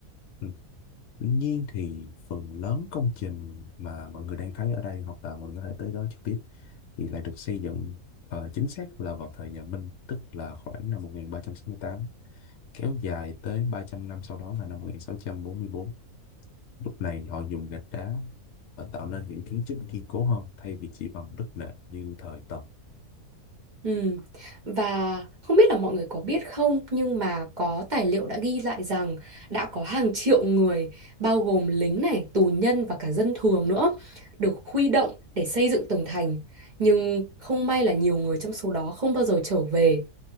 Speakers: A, on the left; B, on the right.
A: Ừ. Tuy nhiên thì phần lớn công trình mà mọi người đang thấy ở đây hoặc là mọi người có thể tới đó trực tiếp thì lại được xây dựng ờ, chính xác là vào thời nhà Minh, tức là khoảng năm 1368, kéo dài tới 300 năm sau đó là năm 1644. Lúc này họ dùng gạch đá và tạo nên những kiến trúc kiên cố hơn thay vì chỉ bằng đất nện như thời Tần.
B: Ừ. Và không biết là mọi người có biết không nhưng mà có tài liệu đã ghi lại rằng đã có hàng triệu người bao gồm lính này, tù nhân và cả dân thường nữa được huy động để xây dựng tường thành nhưng không may là nhiều người trong số đó không bao giờ trở về